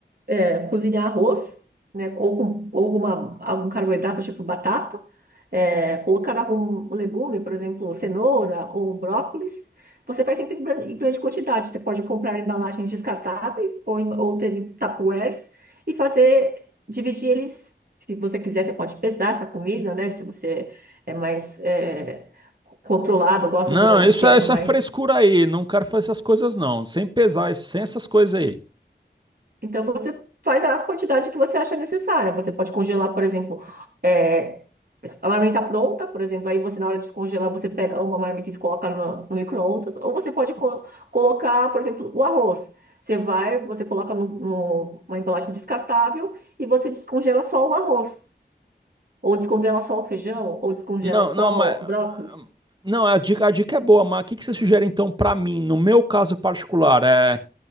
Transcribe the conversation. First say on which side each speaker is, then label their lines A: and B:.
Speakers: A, on the right; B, on the right.
A: é, cozinhar arroz, né? Ou com ou alguma, algum carboidrato, tipo batata. é, colocar algum legume, por exemplo, cenoura ou um brócolis. Você faz sempre em gran- em grande quantidade. Você pode comprar embalagens descartáveis ou, em- ou ter em tupperwares e fazer, dividir eles. Se você quiser, você pode pesar essa comida, né? Se você é mais é, controlado, gosta
B: Não,
A: de uma
B: isso
A: dieta
B: é, isso
A: mais
B: é frescura aí. Não quero fazer essas coisas, não. Sem pesar isso, sem essas coisas aí.
A: Então você faz a quantidade que você acha necessária. Você pode congelar, por exemplo, é, a marmita pronta, por exemplo, aí você na hora de descongelar, você pega uma marmita e coloca no, no micro-ondas, ou você pode co- colocar, por exemplo, o arroz. Você vai, você coloca no, no- uma embalagem descartável e você descongela só o arroz, ou descongela só o feijão, ou descongela
B: Não,
A: só
B: não, mas.
A: o brócolis.
B: Não, a dica, a dica é boa, mas o que que você sugere então para mim, no meu caso particular? É.